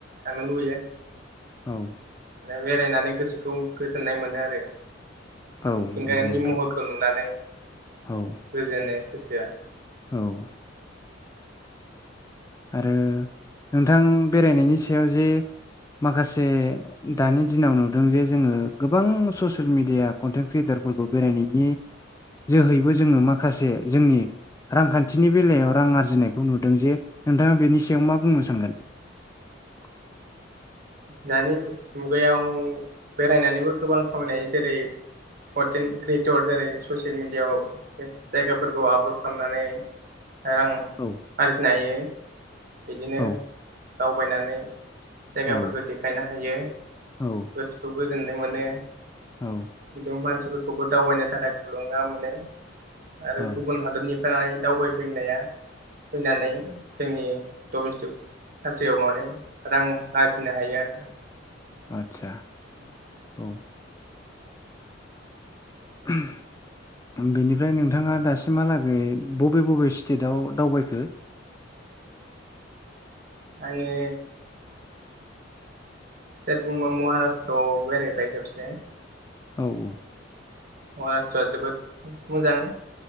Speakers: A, on the right; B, on the left.
A: थानो लुबैयो।
B: औ।
A: माने बेरायनानै गोसोखौ गोजोननाय मोनो आरो
B: औ
A: मिथिंगानि
B: नंगौ नोंथां
A: महर खौ नुनानै
B: औ
A: गोजोनो गोसोआ
B: औ। आरो नोंथां बेरायनायनि सायाव जे माखासे दानि दिनाव नुदों जे जोङो गोबां ससियेल मिडिया कन्टेन्ट क्रियेटारफोरखौ बेरायनायनि जोहैबो जोङो माखासे जोंनि रांखान्थिनि बेलायाव रां आरजिनायखौ नुदों जे नोंथाङा बेनि सायाव मा बुंनो सानगोन? <inaudible>
A: दानि मुगायाव बेरायनानैबो गोबां खामायनो हायो जेरै कन्टेन्ट क्रियेटर जेरै ससियेल मिडियाआव जायगाफोरखौ आपलड खामनानै रां
B: औ
A: आरजिनो हायो बिदिनो
B: औ
A: दावबायनानै जायगाफोरखौ
B: औ
A: देखायनो हायो
B: औ
A: गोसोखौ गोजोननाय मोनो।
B: औ
A: बिदि मानसिफोरखौबो दावबायनो थाखाय थुलुंगा मोनो। आरो
B: औ
A: गुबुन हादरनिफ्राय दावबायफैनाया फैनानै जोंनि डमेस्टिक कान्ट्रियाव माने रां आर्जिनो हायो आरोना
B: आतसा।
A: <inaudible>
B: औ। <unintelligible> बेनिफ्राय नोंथाङा दासिमहालागै बबे बबे स्टेटाव दावबायखो
A: आङो स्तेत बुंबा महाराषट्रआव बेरायबाय खेबसे।
B: औ औ।
A: महाराष्ट्रआ जोबोद मोजां